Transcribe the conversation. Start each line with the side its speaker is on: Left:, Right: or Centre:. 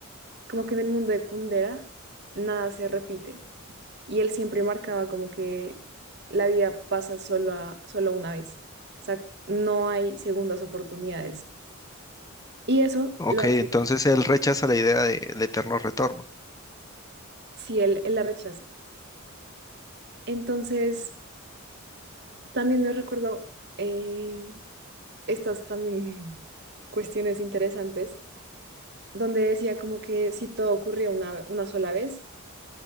Right: como que en el mundo de Kundera nada se repite y él siempre marcaba como que la vida pasa solo, a- solo una vez. O sea, no hay segundas oportunidades. Y eso
Left: Ok,
Right: lo
Left: entonces
Right: hace
Left: él rechaza la idea de- del eterno retorno.
Right: si él, él la rechaza. Entonces, también me recuerdo eh, estas también <laughs> cuestiones interesantes donde decía como que si todo ocurría una, una sola vez,